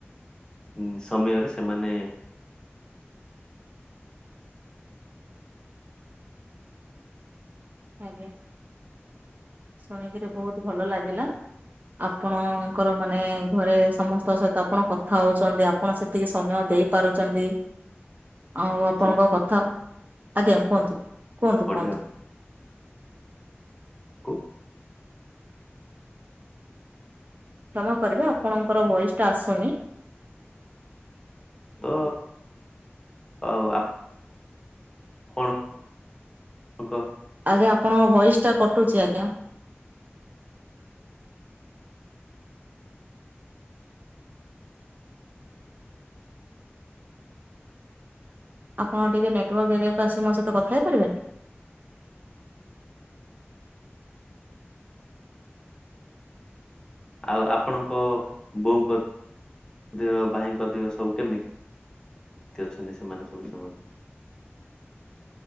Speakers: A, on the left; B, on the right.
A: ଉ ସମୟରେ ସେମାନେ
B: ଆଜ୍ଞା ଶୁଣିକିରି ବହୁତ ଭଲ ଲାଗିଲା। ଆପଣଙ୍କର ମାନେ ଘରେ ସମସ୍ତଙ୍କ ସହିତ ଆପଣ କଥା ହଉଛନ୍ତି। ଆପଣ ସେତିକି ସମୟ ଦେଇ ପାରୁଛନ୍ତି। ଆଉ
A: ଯାଉଛନ୍ତି
B: ଆପଣଙ୍କ କଥା ଆଜ୍ଞା କୁହନ୍ତୁ କୁହନ୍ତୁ
A: ପଢିବାକୁ
B: କୁହନ୍ତୁ।
A: କୁ
B: କ୍ଷମା କରିବେ ଆପଣଙ୍କର ଭଏସ ଟା ଆସୁନି।
A: ତ ଆଉ ଆ ପଣଙ୍କ
B: ଆଜ୍ଞା ଆପଣଙ୍କ ଭଏସ୍ ଟା କଟୁଛି ଆଜ୍ଞା। ଆପଣ ଟିକେ ନେଟୱାର୍କ ଏରିଆକୁ ଆସି ମୋ ସହିତ କଥା ହେଇପାରିବେ?
A: ଆଉ ଆପଣଙ୍କ ବୋଉଙ୍କ ଦେହ, ଭାଇଙ୍କ ଦେହ ସବୁ କେମିତି ଅଛନ୍ତି? ସେମାନେ ସବୁ ସମ